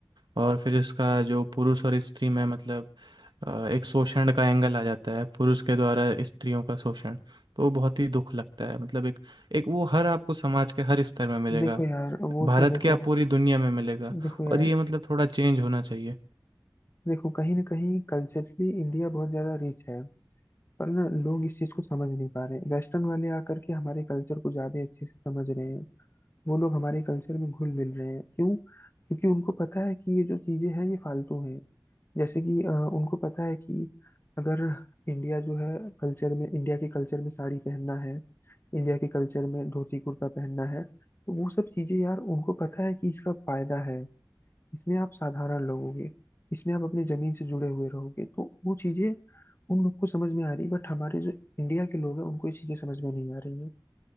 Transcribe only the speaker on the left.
देखो यार वो
तो देखो
देखो यार
देखो कहीं ना कहीं कल्चरली इंडिया बहुत ज्यादा रिच है पर ना लोग इस चीज को समझ नहीं पा रहे वेस्टर्न वाले आकर के हमारे कल्चर को ज्यादा अच्छे से समझ रहे हैं वो लोग हमारे कल्चर में घुल मिल रहे हैं क्यों क्योंकि उनको पता है कि ये जो चीजें हैं ये फालतू हैं जैसे कि अ, उनको पता है कि अगर इंडिया जो है कल्चर में इंडिया के कल्चर में साड़ी पहनना है इंडिया के कल्चर में धोती कुर्ता पहनना है तो वो सब चीजें यार उनको पता है कि इसका फायदा है इसमें आप साधारण लोगोगे इसमें आप अपनी जमीन से जुड़े हुए रहोगे तो वो चीजें उन लोग को समझ में आ रही बट हमारे जो इंडिया के लोग हैं उनको ये चीजें समझ में नहीं आ रही है